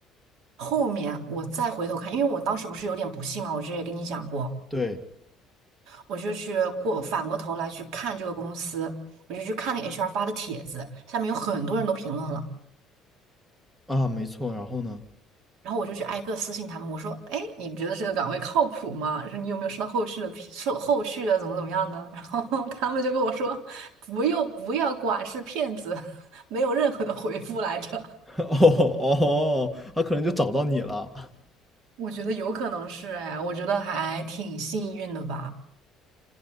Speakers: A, on the right; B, in the centre.
A: 后面我再回头看，因为我当时不是有点不信嘛，我之前也跟你讲过，
B: 对
A: 我就去过反过头来去看这个公司，我就去看那个 HR 发的帖子，下面有很多人都评论了，
B: 啊，没错，然后呢？
A: 然后我就去挨个私信他们，我说：“哎，你觉得这个岗位靠谱吗？说你有没有收到后续的批，后后续的怎么怎么样呢？”然后 <laughs> 他们就跟我说：“不用，不要管，是骗子，<laughs> 没有任何的回复来着。”
B: <laughs> 哦哦，他可能就找到你了。
A: 我觉得有可能是哎，我觉得还挺幸运的吧。